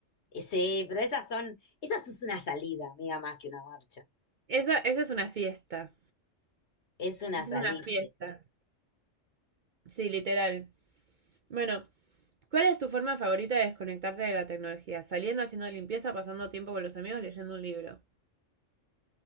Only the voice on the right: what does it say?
Esa, esa es una fiesta.
Es
una fiesta. Sí, literal. Bueno, ¿cuál es tu forma favorita de desconectarte de la tecnología? Saliendo, haciendo limpieza, pasando tiempo con los amigos, leyendo un libro.